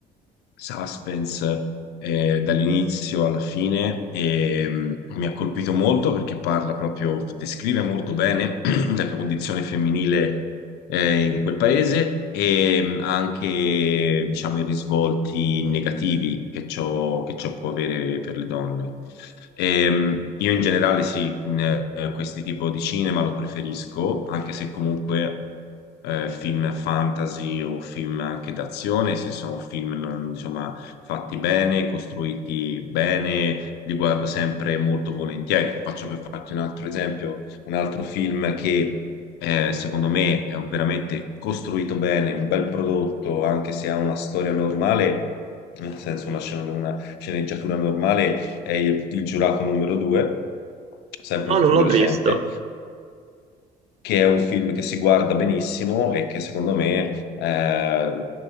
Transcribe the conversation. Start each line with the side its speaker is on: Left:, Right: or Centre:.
Left: suspense eh, dall'inizio alla fine e mh, mi ha colpito molto perché parla proprio, descrive molto bene <clears throat> la condizione femminile eh, in quel paese e mh, anche, diciamo, i risvolti negativi che ciò, che ciò può avere per le donne. Ehm, io in generale sì, in, eh, questi tipo di cinema lo preferisco, anche se comunque eh, film fantasy o film anche d'azione, se sono film non- insomma, fatti bene, costruiti bene, li guardo sempre molto volentieri. Faccio per farti un altro esempio un altro film che eh, secondo me è veramente costruito bene, un bel prodotto, anche se ha una storia normale, nel senso una, scena- una sceneggiatura normale, è Il Giurato numero 2, sempre
Right: No,
Left: un film
Right: non l'ho
Left: recente,
Right: visto.
Left: che è un film che si guarda benissimo e che secondo me è